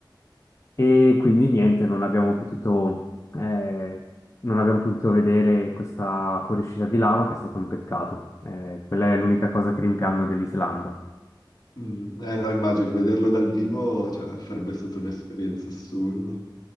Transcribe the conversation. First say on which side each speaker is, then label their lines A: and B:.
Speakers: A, on the left (about 35°); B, on the left (about 55°).
A: e quindi niente, non abbiamo potuto, eh, non abbiamo potuto vedere questa fuoriuscita di lava che è stato un peccato. Eh, quella è l'unica cosa che rimpiango dell'Islanda.
B: mm. Eh no, immagino, vederlo dal vivo, cioè, sarebbe stata un'esperienza assurda,